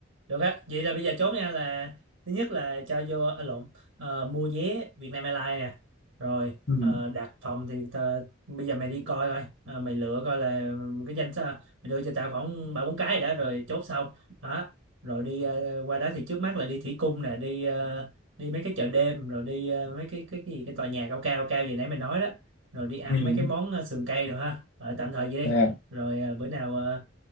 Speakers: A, on the right; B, on the left.
A: được á. Vậy là bây giờ chốt nha là thứ nhất là cho vô, à, lộn, ờ, mua vé Vietnam Airlines nè. Rồi,
B: ừ.
A: ờ, đặt phòng thì tờ, bây giờ mày đi coi coi. Ờ, mày lựa coi là cái danh sách Mày lựa cho tao khoảng ba bốn cái đã rồi chốt sau. Đó. Rồi đi ờ, qua đó thì trước mắt là đi thủy cung nè, đi ờ, đi mấy cái chợ đêm, rồi đi ờ, mấy cái cái cái gì cái tòa nhà cao cao cao gì nãy mày nói đó. Rồi đi ăn
B: Ừ.
A: mấy cái món ờ, sườn cây rồi ha. Ờ, tạm thời vậy
B: Dạ.
A: đi. Rồi ờ, bữa nào ờ,